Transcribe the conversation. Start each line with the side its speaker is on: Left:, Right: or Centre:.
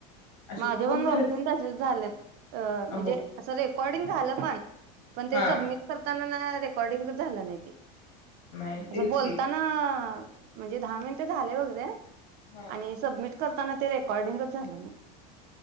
Left: असे
Right: माझे
Left: खूप
Right: पण दोन
Left: झालेत
Right: तीन तसेच झालेत म्हणजे
Left: अहो
Right: अस रेकॉर्डिंग झालं पण पण ते
Left: हा
Right: सबमिट करताना ना रेकॉर्डिंग झालं नही ते
Left: नाही तेच
Right: असं बोलताना
Left: की
Right: म्हणजे दहा मिन्ट झाले वगैरे
Left: हा
Right: आणि सबमिट करताना ते रेकॉर्डिंगच झालं नाही.